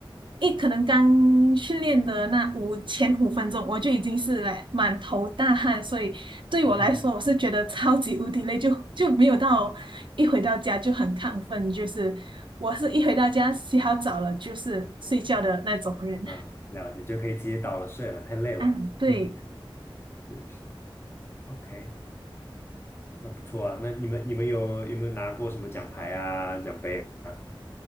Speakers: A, on the right (about 60°); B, on the left (about 25°).
A: 一可能刚训练的那五前五分钟，我就已经是来满头大汗，所以对我来说，
B: <laughs>
A: 我是觉得超级无敌累，就就没有到一回到家就很亢奋，就是我是一回到家洗好澡了就是睡觉的那种人。
B: 啊，了解，就可以直接倒了睡了，太累了。
A: 啊，对，
B: 嗯是是，OK，那不错啊。那你们你们有有没有拿过什么奖牌啊、奖杯啊？